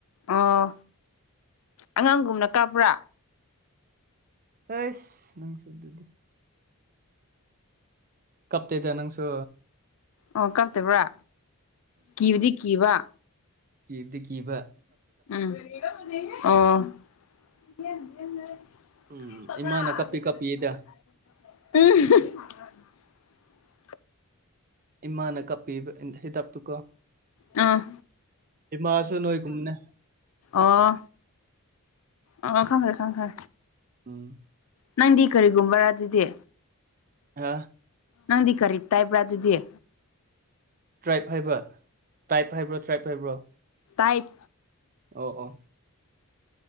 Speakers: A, on the left (about 65°); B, on the right (about 40°).
A: ꯑꯣ ꯑꯉꯥꯡꯒꯨꯝꯅ ꯀꯥꯄ꯭ꯔꯥ
B: ꯍꯁ ꯅꯪꯁꯨꯣꯏ ꯑꯗꯨꯗꯤ ꯀꯞꯇꯗ ꯅꯪꯁꯨ
A: ꯑꯣ ꯀꯛꯇꯕ꯭ꯔꯥ ꯀꯤꯕꯗꯤ ꯀꯤꯕ
B: ꯏꯕꯗꯤ ꯀꯕ
A: ꯎꯝ ꯑꯣ
B: ꯎꯝ ꯏꯃꯥꯅ ꯀꯞꯄꯤ ꯀꯞꯄꯤꯗ
A: ꯎꯝ
B: ꯏꯃꯥꯅ ꯀꯄꯤꯕ ꯏ ꯍꯦ ꯇꯥꯛ ꯇꯨꯀꯣ
A: ꯑꯥ
B: ꯏꯃ ꯑꯁꯣ ꯅ ꯍꯣꯏ ꯀꯨꯝꯅꯦ
A: ꯑꯥ ꯑ ꯈꯪꯉꯦ ꯈꯪꯉꯦ
B: ꯑꯝ
A: ꯅꯪꯗꯤ ꯀꯔꯤꯒꯨꯝꯕ ꯔ ꯑꯗꯨꯗꯤ
B: ꯑꯥ
A: ꯅꯪꯗꯤ ꯈꯔꯤ ꯇ ꯏꯕ꯭ꯔꯥ ꯑꯗꯨꯗꯤꯦ
B: ꯇ꯭ꯔꯥꯏꯞ ꯍꯥꯏꯕ꯭ꯔ ꯇ꯭ꯔꯥꯏꯞ ꯍꯥꯏꯕ꯭ꯔꯣ ꯇ꯭ꯔꯥꯏꯞ ꯍꯥꯏꯕ꯭ꯔꯣ
A: ꯇꯥꯏꯞ
B: ꯑꯣ ꯑꯣ